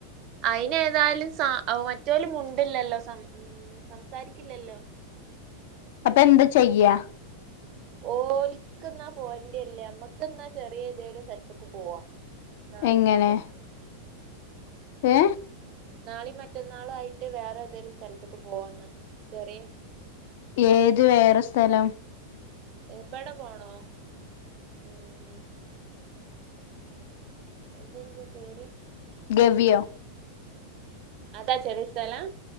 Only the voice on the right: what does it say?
അയിന് ഏതായാലും സ മറ്റലും ഉണ്ടില്ലല്ലോ സം ഉ സംസാരിക്കില്ലല്ലോ
ഓൽക്ക്ന്നാ പോന്റ അല്ലേ നമ്മക്ക്ന്നാ ചെറിയ ഏതേലും സ്ഥലത്തക്ക് പോവാ നാളെയ
മറ്റന്നാളും
നാളെയും മറ്റന്നാളും ആയിട്ട് വേറെ ഏതേലും സ്ഥലത്തേക്ക് പോവുന്നോ ചെറി
എങ്ങട് പോണോ ഉം എന്തനിപ്പോ പേര്
അതാ ചെറിയ സ്ഥലം